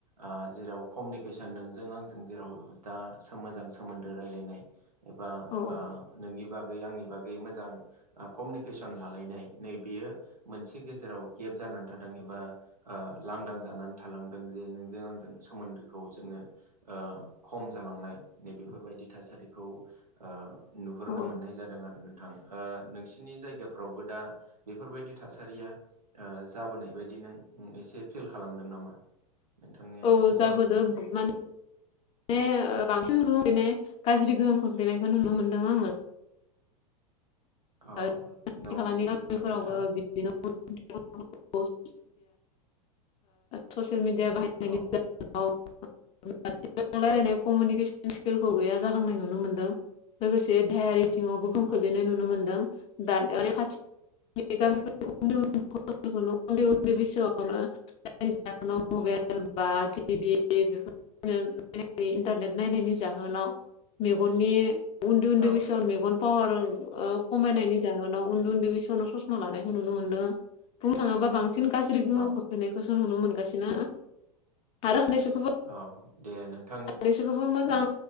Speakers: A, on the right; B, on the left.
A: आ जेराव कमिउनिकेसन नोंजों आंजों जेराव दा सो मोजां सोमोन्दो रायलायनाय एबा
B: औ
A: आ नोंनि बागै आंनि बागै मोजां कमिउनिकेसन लालायनाय नै बेयो मोनसे गेजेराव गेप जानानै थादों एबा आ लांदां जानानै थालांदों जे नोंजों आंजों सोमोन्दोखौ जोङो ओ खम जालांनाय नै बेफोरबायदि थासारिखौ ओ नुहुरनो
B: औ
A: मोननाय जादों आरो नोंथां ओ नोंसिनि जायगाफ्रावबो दा बेफोरबायदि थासारिया ओ जाबोनाय बायदि नों एसे फिल खालामदों नामा नोंथांनिया
B: औ
A: एसे फोरमायलाय
B: जाबोदो माने माने बांसिन गोहोम गोलैनाय गाज्रि गोहोम खोख्लैनायखौ नुनो मोन्दों आङो
A: अ
B: खाथि
A: नंगौ
B: खालानि
A: बिदिबा
B: गामिफोरावबो
A: नोंथां
B: बिदिनो <unintelligible> ससियेल मिडिया बाहायनायनि
A: औ
B: <unintelligible> <unintelligible> रायलायनाय कमिउनिकेसन स्किलखौ गैया जालांनाय नुनो मोनदों लोगोसे देहायारि बिथिङाव गोहोम
A: औ
B: खोलैनायखौ नुनो मोनदों दानि <unintelligible> <unintelligible>
A: औ
B: उन्दै उन्दै बैसोआवनो जायनि जाहोनाव मबाइल बा टिभि बेफोर <unintelligible> इन्टारनेट नायनायनि जाहोनाव मेगननि उन्दै उन्दै
A: औ
B: बैसोआव मेगन पावार ओ खमायनायनि जाहोनाव उन्दै उन्दै बैसोआवनो ससमा लानायखौ नुनो मोनदों बुंनो थाङोबा बांसिन बांसिन गाज्रि गोमोम
A: औ
B: खोख्लैनायखौसो नुनो मोनगासिनो आरो बैफोरखौबो
A: औ दे नोंथां
B: बैफोरखौबो मोजां
A: औ